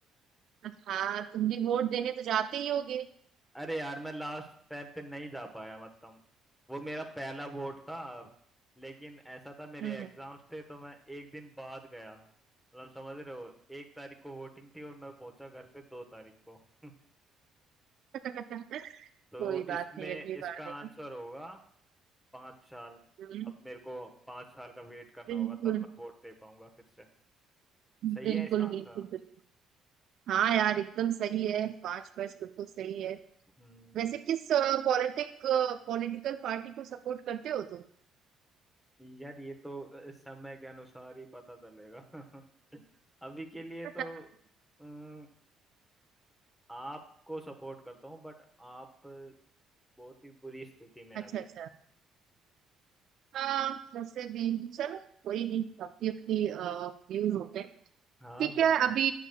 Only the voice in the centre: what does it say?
अरे यार मैं लास्ट टाइम पे नहीं जा पाया मतलब वो मेरा पहला वोट था लेकिन ऐसा था मेरे
एग्जाम्स थे तो मैं एक दिन बाद गया मतलब समझ रहे हो एक तारीख को वोटिंग थी और मैं पहुंचा घर पे दो तारीख को <laughs>
तो
इसमें
इसका
आंसर होगा पाँच साल
अब मेरे को पाँच साल का वेट करना
होगा तब मैं वोट दे पाऊंगा फिर से सही
है इसका आंसर
हम्म
यार ये तो अ, समय के अनुसार ही पता चलेगा <laughs> अभी के लिए
तो अम, आपको सपोर्ट करता हूँ बट आप बहुत ही बुरी स्थिति में हैं
अभी
हाँ
बिल्कुल